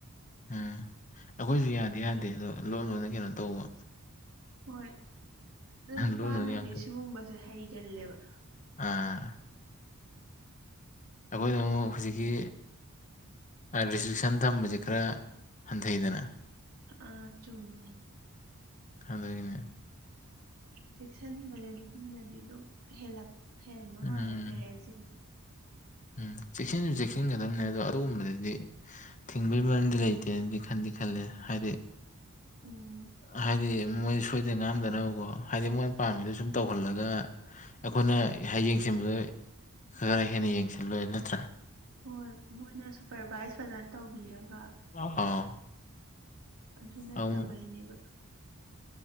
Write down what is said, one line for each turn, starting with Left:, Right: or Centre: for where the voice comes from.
Left: ꯎꯝ ꯑꯩꯈꯣꯏꯁꯨ ꯌꯥꯗꯦ ꯌꯥꯗꯦ ꯑꯗꯣ ꯂꯣꯟ ꯂꯣꯟꯅ ꯀꯩꯅꯣ ꯇꯧꯕ
Right: ꯍꯣꯏ ꯑꯗꯣ ꯅꯨꯄꯥꯅꯗꯤ
Left: ꯂꯣꯟ ꯂꯣꯟꯅ ꯌꯥꯝ
Right: ꯁꯤꯒꯨꯝꯕꯁꯦ ꯍꯩꯒꯜꯂꯦꯕ
Left: ꯑꯥ ꯑꯩꯈꯣꯏꯗ ꯑꯃꯨꯛ ꯍꯧꯖꯤꯛꯀꯤ ꯔꯦꯁꯇ꯭ꯔꯤꯛꯁꯟ ꯊꯝꯕꯁꯦ ꯈꯔ ꯍꯟꯊꯩꯗꯅ
Right: ꯑꯥ ꯆꯨꯝꯃꯦ
Left: ꯑꯗꯨꯗꯒꯤꯅꯦ
Right: ꯆꯦꯛꯁꯤꯟꯕꯅꯦ ꯅꯨꯄꯤꯅꯗꯤ ꯑꯗꯨꯝ ꯍꯂꯛ ꯍꯦꯟꯕ
Left: ꯎꯝ
Right: ꯃꯥꯜꯂꯦ ꯄꯦꯔꯦꯟꯁꯁꯤꯡꯁꯦ
Left: ꯎꯝ ꯆꯦꯛꯁꯤꯟꯁꯨ ꯆꯦꯛꯁꯤꯟꯒꯗꯕꯅꯦ ꯑꯗꯣ ꯑꯗꯨꯒꯨꯝꯕꯗꯗꯤ ꯊꯤꯡꯕꯒꯤ ꯃꯔꯝꯗꯤ ꯂꯩꯇꯦꯅꯗꯤ ꯈꯟꯗꯤ ꯈꯂꯦ ꯍꯥꯏꯗꯤ
Right: ꯎꯝ
Left: ꯍꯥꯏꯗꯤ ꯃꯣꯏ ꯁꯣꯏꯗꯅ ꯉꯥꯝꯗꯅꯕꯀꯣ ꯍꯥꯏꯗꯤ ꯃꯣꯏꯅ ꯄꯥꯝꯃꯤꯗꯨꯣ ꯁꯨꯝ ꯇꯧꯍꯜꯂꯒ ꯑꯩꯈꯣꯏꯅ ꯌꯦꯡꯁꯤꯟꯕꯗ ꯈꯔ ꯍꯦꯟꯅ ꯌꯦꯡꯁꯤꯜꯂꯣꯏ ꯅꯠꯇ꯭ꯔꯥ
Right: ꯍꯣꯏ ꯃꯣꯏꯅ ꯁꯨꯄꯔꯚꯥꯏꯁ ꯐꯖꯅ ꯇꯧꯕꯤꯔꯒ
Left: ꯑꯣ
Right: ꯑꯗꯨ ꯅꯠꯇꯕꯩꯅꯦꯕ
Left: ꯑ ꯎꯝ